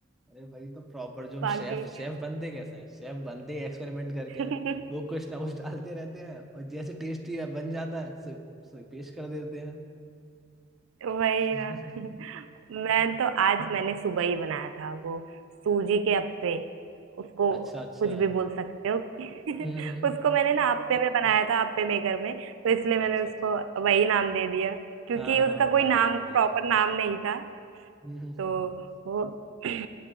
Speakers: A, in the centre; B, on the right.
A: अरे भाई तो प्रॉपर जो हम
B: बाकी
A: शेफ शेफ बनते कैसे हैं शेफ बनते एक्सपेरिमेंट करके
B: <laughs>
A: हैं वो कुछ ना कुछ डालते रहते हैं और जैसे टेस्टी है बन जाता है सो सो पेश कर देते हैं
B: वही
A: <laughs>
B: ना मैं तो आज मैंने सुबह ही बनाया था वो सूजी के अप्पे उसको
A: अच्छा अच्छा
B: कुछ भी बोल सकते हो <laughs>
A: हम्म हम्म।
B: उसको मैंने ना अप्पे में बनाया था अप्पे मेकर में तो इसलिए मैंने
A: अच्छा
B: उसको
A: अच्छा
B: वही नाम दे दिया क्योंकि
A: हाँ
B: उसका
A: हाँ
B: कोई
A: बढ़िया
B: नाम
A: बढ़िया
B: प्रॉपर नाम नहीं था
A: <laughs> हम्म हम्म,
B: तो
A: हम्म, हम्म।
B: वो <clears throat>